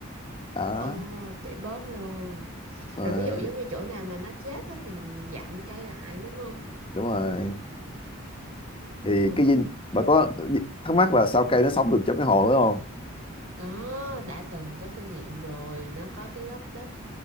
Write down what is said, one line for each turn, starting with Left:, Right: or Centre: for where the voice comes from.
Left: đó
Right: Ồ, tỉ bớt luôn
Left: rồi,
Right: rồi ví dụ giống như chỗ nào mà nó chết á thì mình dặm cây lại đúng không
Left: đúng rồi thì
Right: ờ,
Left: cái gì, bà có thắc mắc là sao cây nó sống được trong cái hồ đúng không
Right: có đã từng có kinh nghiệm rồi nó có cái lớp đất